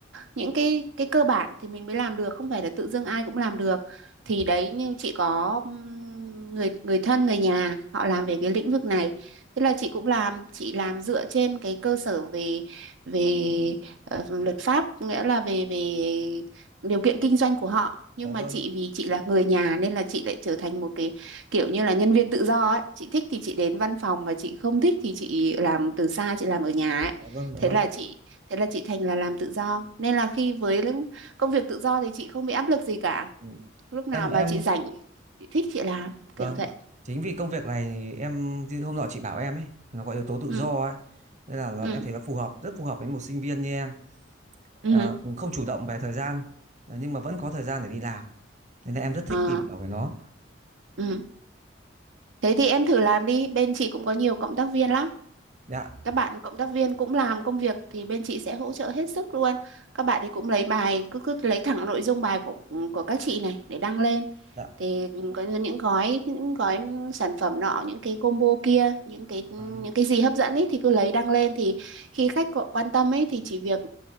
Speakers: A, on the right; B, on the right.
A: những cái cái cơ bản thì mình mới làm được, không phải là tự dưng ai cũng làm được.
B: dạ,
A: Thì đấy như chị có ừm, người người thân người nhà họ làm về cái lĩnh vực này. Thế là chị cũng làm, chị làm dựa trên cái cơ sở về về
B: dạ.
A: ờ, luật pháp, nghĩa là về về điều kiện kinh doanh của họ nhưng
B: Dạ vâng
A: mà chị vì chị là người nhà nên là chị lại trở thành một cái kiểu như là nhân viên tự do ấy chị thích thì chị đến văn phòng mà chị không thích thì chị làm từ xa chị làm ở nhà ấy
B: dạ vâng dạ
A: thế
B: vâng
A: là chị thế là chị thành là làm tự do nên là khi với lưng- công việc tự do thì chị không bị áp lực gì cả
B: ừ.
A: lúc nào
B: em
A: mà
B: em
A: chị rảnh chị thích chị làm
B: vâng
A: kiểu vậy
B: chính vì công việc này em chứ hôm nọ chị bảo em ấy nó có yếu tố tự
A: ừ
B: do ấy nên là nó,
A: ừ
B: em thấy nó phù hợp rất phù hợp với một sinh viên như em
A: ừ
B: Ờ,
A: ừ,
B: không chủ động về thời gian ờ, nhưng mà vẫn có thời gian để đi làm nên là em rất thích
A: ờ
B: tìm hiểu về nó
A: ừ thế thì em thử làm đi bên chị cũng có nhiều cộng tác viên lắm
B: dạ
A: các bạn cộng tác viên cũng làm công việc thì bên chị sẽ hỗ trợ hết sức luôn các bạn thì cũng lấy bài cứ cứ lấy thẳng nội dung bài của của các chị này để đăng lên
B: dạ
A: thì có những gói những gói sản phẩm nọ những cái combo kia những cái những
B: vâng
A: cái gì hấp dẫn ấy thì cứ lấy đăng lên thì khi khách có quan tâm ấy thì chỉ việc